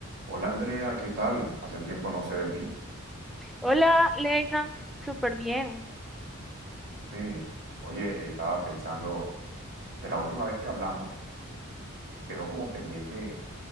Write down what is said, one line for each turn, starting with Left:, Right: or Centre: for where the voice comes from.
Right: Hola Andrea, ¿qué tal? Hace tiempo no sé de ti.
Centre: Hola, Leison, súper bien.
Right: Sí, oye, estaba pensando que la última vez que hablamos quedó como pendiente